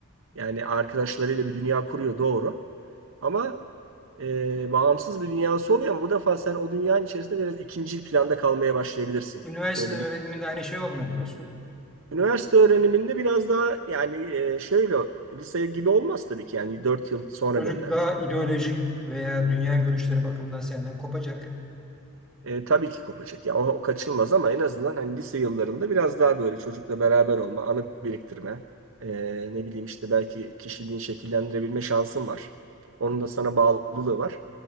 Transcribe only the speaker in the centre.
üniversite
öğreniminde
aynı şey olmuyor mu dostum?
Çocuk
daha ideolojik veya dünya görüşleri bakımından senden kopacak.